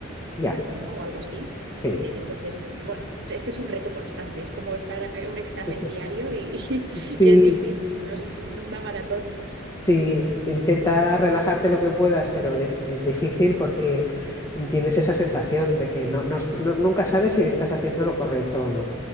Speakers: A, on the left; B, on the right.
A: ya,
B: ¿no? O algo así.
A: sí.
B: Eh, entonces, bueno, es que es un reto constante, es como estar eh, un examen
A: <laughs>
B: diario y,
A: Sí,
B: <laughs> y, es difícil, ¿no? Es es una maratón.
A: Sí, intenta relajarte lo que puedas, pero es, es difícil porque tienes esa sensación de que no, no no- nunca sabes si estás haciendo lo correcto o no.